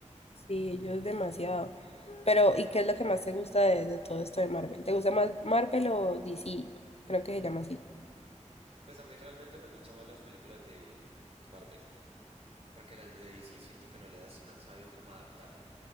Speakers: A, on the left; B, on the right.
A: Sí, ellos demasiado. Pero, ¿y qué es lo que más te gusta de, de todo esto de Marvel? ¿Te gusta más Marvel o DC? Creo que se llama así.
B: Pues a mí realmente me gustan más las películas de, de Marvel, porque las de DC siento que no las han sabido cómo adaptar